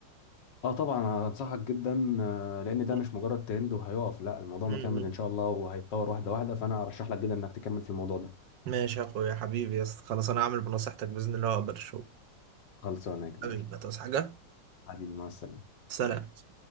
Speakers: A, on the left; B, on the right.
A: اه طبعا انصحك جدا آه، لان ده
B: مم.
A: مش مجرد ترند وهيقف لا الموضوع
B: مم.
A: مكمل ان شاء الله وهيتطور واحدة واحدة فانا ارشح لك جدا انك تكمل في الموضوع ده
B: ماشي يا اخويا حبيبي يا اسطى خلاص انا هعمل بنصيحتك باذن الله واقبل الشغل
A: خلصانة يا كبير
B: حبيبي ما تصحى حاجة
A: حبيبي مع السلامة
B: سلام